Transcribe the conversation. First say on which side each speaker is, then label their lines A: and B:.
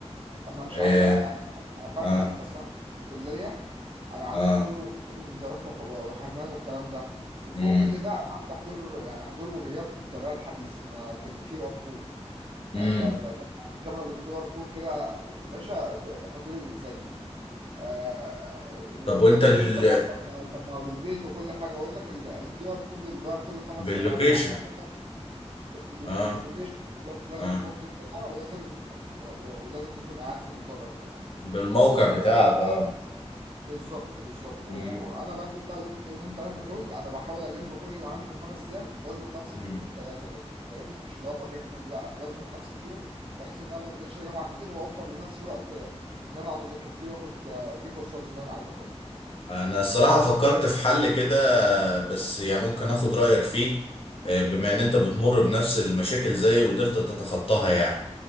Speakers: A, on the right; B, on the left.
A: انا مش
B: اه
A: عايز يعني افاجئك
B: اه
A: بس انا في الكلية انا عندي
B: اه
A: حضور وغياب انذارات وح- وحرمان والكلام ده وفوق
B: امم
A: كل ده انا عندي حضور يعني حضور وغياب بالطريقه الحديثه انا بالكيو ار كود
B: امم
A: يعني ب- ب- ب- الكاميرا بالكيو ار كود كده يا باشا ب- حضوري بيتسجل آه والناس
B: طب وانت ال...
A: تقول طبعا طب ما طب ما بالبيت وكل حاجه اقول لك الكيو ار كود بيتغير كل خمس
B: باللوكيشن
A: ثواني يعني يعتبر بال-
B: اه
A: وباللوكيشن بالظبط لازم
B: اه
A: تكون في الجامعه ولازم و- و- ولازم تكون قاعد في المدرج كمان
B: بالموقع
A: آه،
B: بتاعك اه
A: بالظبط بالظبط و-
B: مم.
A: وانا بنزل بقى اليومين ثلاثه دول انا بحاول الم كل اللي عندي في الخمس ايام وازنق نفسي
B: مم.
A: في اليومين ثلاثه دول فاهمني مش اللي هو بغيبهم لا انا بزنق نفسي فيهم بحيث ان انا ما بنزلش جامعه كتير واوفر لنفسي وقت ان انا اقعد اذاكر فيه واخد آه، فيه كورسات اللي انا عايز اخدها
B: انا الصراحة فكرت في حل كده بس يعني ممكن اخد رأيك فيه آه، بما ان انت بتمر بنفس المشاكل زي وقدرت تتخطاها يعني